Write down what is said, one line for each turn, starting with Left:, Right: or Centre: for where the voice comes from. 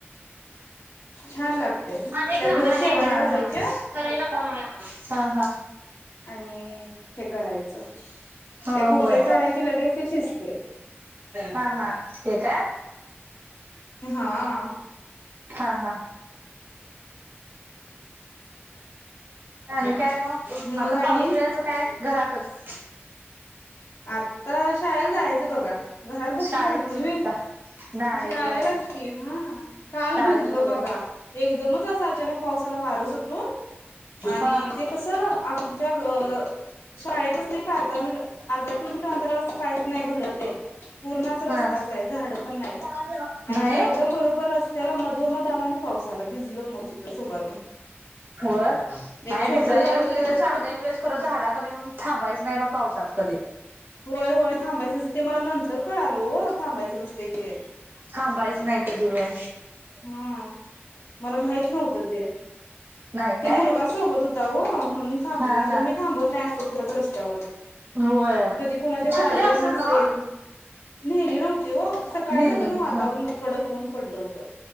Left: <inaudible> छान लागतय.
Right: माझा एक
Left: त्या
Right: नंबर
Left: जरा
Right: आहे
Left: शेवाळ्या घालायच्या.
Right: करायला कॉल आहे मला हा हा
Left: आणि हे करायचं.
Right: हा
Left: एक उकळी
Right: होय
Left: काढायची लगेच ती शिजते
Right: हा हा ते का
Left: हा आ.
Right: हा हा. आणि काय मग
Left: मग
Right: आता पाऊसळ्याच
Left: आणि
Right: काय घरातच.
Left: आता शाळेला जायचं बघा घरात बसून
Right: शाळेकडे
Left: चालतय
Right: नुसता
Left: व
Right: नाही
Left: त आयलाच
Right: होय
Left: की हा काल
Right: शाळेकडे
Left: भिजलो
Right: होय
Left: बघा एकदमच असं अचानक पावसाला वारं सुटून आणि
Right: हा
Left: ते कसं आम त्या शाळेपासून कारदा मि अर्धा किलोमीटर अंतरावर असं काहीच नाही घरच ये पूर्ण अस रस्ताच
Right: हा
Left: आहे झाडं पण नाहीत
Right: नाही
Left: आणि ते एकदम बरोबर रस्त्याला मधोमध आल आणि पाऊस आला भिजलो मग तिथंच उभारून
Right: हो
Left: एक
Right: नाही
Left: छोटं
Right: भिजा
Left: झाड होतं तिथंच
Right: चांगले खरंच झाडा कध होऊ थांबायचं नाही बा पावसात कधी
Left: होय होय थांबायचं नसते ते मला नंतर कळालं हो थांबायचं नसते ते
Right: हा बाईस नाहीय कधवे
Left: हम मला माहित नव्हतं ते
Right: नाही
Left: ते
Right: काय
Left: मुलगा सोबत होता हो म्हणून थांबल
Right: हा
Left: नाहीतर
Right: हा
Left: मी थांबत नाही असतं कुठंच रस्त्यावर
Right: होय
Left: कधी कोुणाच्या
Right: छत्री
Left: गाडीवर
Right: असेल
Left: नास
Right: नव
Left: येत नेली नव्हती व सकाळी
Right: नेल
Left: जाताना वातावरण
Right: हा
Left: कडक होऊन पडलं होतं